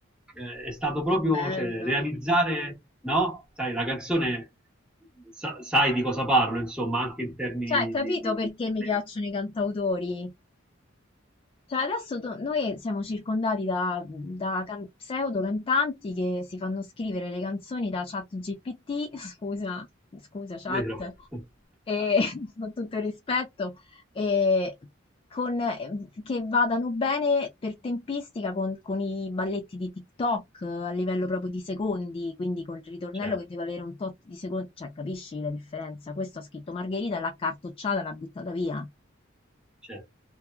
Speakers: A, in the centre; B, on the left (about 25°).
A: eh, è stato proprio
B: Che bello.
A: cioè, realizzare, no? Sai, la canzone, sa- sai di cosa parlo, insomma, anche in termini
B: Cioè,
A: di...
B: capito
A: di- di-
B: perché
A: di-
B: mi
A: di-
B: piacciono i cantautori? Cioè adesso do- noi siamo circondati da, da can- pseudo cantanti che si fanno scrivere le canzoni da chat GPT, <laughs> scusa, scusa chat,
A: vero? <laughs>
B: e, <laughs> con tutto il rispetto, e con- che vadano bene per tempistica con, con i balletti di TikTok eh, a livello proprio di secondi, quindi con il ritornello
A: Certo,
B: che deve avere un tot di secondi, cioè capisci la differenza? Questo ha scritto Margherita, l'ha cartocciata, l'ha buttata via.
A: certo,